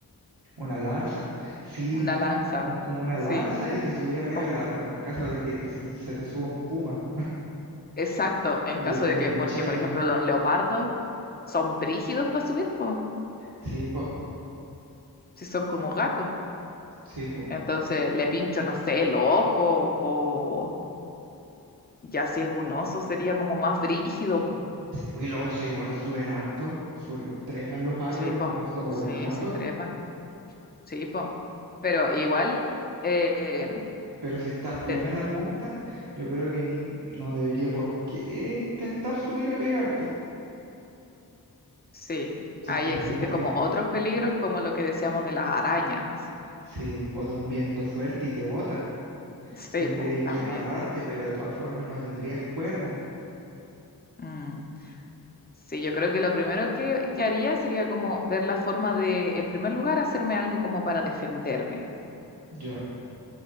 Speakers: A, on the right; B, on the left.
A: una lanza. Sí,
B: una lanza.
A: u- como una
B: Sí,
A: lanza y te subí arriba
B: como,
A: del árbol en caso de que te- se te suba un puma.
B: exacto, en
A: Le,
B: caso de
A: le
B: que,
A: pincháis
B: porque por
A: nomás.
B: ejemplo los leopardos son brígidos para subir, pues,
A: Sí, po,
B: si son como gatos.
A: sí, po.
B: Entonces le pincho, no sé, el ojo o ya si es un oso sería como más brígido, pues.
A: Sí, pues, y los osos igual suben harto, su- trepan los árboles
B: Sí, pues,
A: como, como
B: sí,
A: los gatos,
B: sí trepan. Sí, po. Pero igual, eh,
A: pero si estás bien
B: te-
A: a la punta, yo creo que ni, no debería por qué intentar subir a pegarte,
B: sí,
A: si
B: ahí
A: estás
B: existe
A: bien arriba.
B: como otros peligros, como lo que decíamos de las arañas.
A: Sí, o de un viento fuerte y te bota,
B: Sí,
A: tendrías
B: po, también.
A: que amarrarte, pero de todas formas no tendrías cuerda.
B: Mm. Sí, yo creo que lo primero que, que haría sería como ver la forma de, en primer lugar, hacerme algo como para defenderme.
A: ya